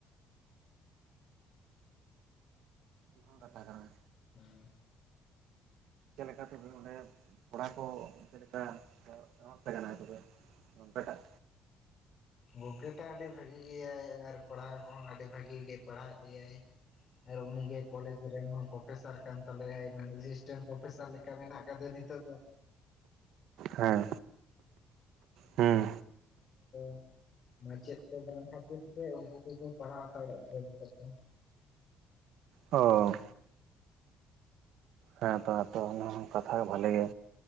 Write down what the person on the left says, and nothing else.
ᱦᱩᱸ
ᱜᱚᱝᱠᱮ ᱴᱟᱜ ᱟᱹᱰᱤ ᱵᱷᱟᱜᱤ ᱜᱮᱭᱟᱭ ᱟᱨ ᱯᱟᱲᱦᱟᱣ ᱠᱚᱦᱚᱸ ᱟᱹᱰᱤ ᱵᱷᱟᱜᱤ ᱜᱮ ᱯᱟᱲᱦᱟᱣᱮᱫ ᱞᱮᱭᱟᱭ ᱟᱨ ᱩᱱᱤᱜᱮ ᱠᱚᱞᱮᱡᱽ ᱨᱮᱱ ᱦᱚᱸ ᱯᱮᱥᱟᱨ ᱠᱟᱱ ᱛᱟᱞᱮᱭᱟᱭ ᱢᱟᱱᱮ ᱮᱥᱤᱥᱴᱮᱱᱴ ᱯᱨᱚᱯᱷᱮᱥᱟᱨ ᱞᱮᱠᱟ ᱢᱮᱱᱟᱜ ᱟᱠᱟᱫᱮᱭᱟ ᱱᱤᱛᱚᱜ
<unintelligible> ᱢᱟᱪᱮᱫ ᱠᱚ ᱵᱟᱝ ᱠᱷᱟᱹᱛᱤᱨ ᱛᱮ ᱩᱝᱠᱩ ᱠᱚᱠᱚ ᱯᱟᱲᱦᱟᱣ ᱦᱟᱛᱟᱲᱮᱜ ᱞᱮᱭᱟ ᱱᱮᱛᱟᱨ ᱫᱚ